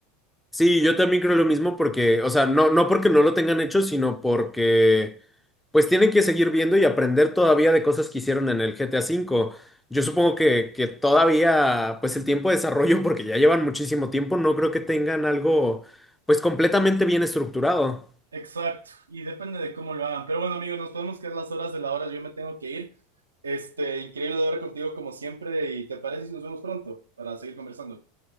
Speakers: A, in the centre; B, on the right.
A: Sí, yo también creo lo mismo porque, o sea, no, no porque no lo tengan hecho, sino porque pues tienen que seguir viendo y aprender todavía de cosas que hicieron en el GTA V. Yo supongo que, que todavía, pues el tiempo de desarrollo, <laughs> porque ya llevan muchísimo tiempo, no creo que tengan algo pues completamente bien estructurado.
B: Exacto, y depende de cómo lo hagan. Pero bueno, amigos, nos podemos quedar las horas de la hora. Yo me tengo que ir. Este, increíble hablar contigo como siempre. ¿Y te parece si nos vemos pronto para seguir conversando?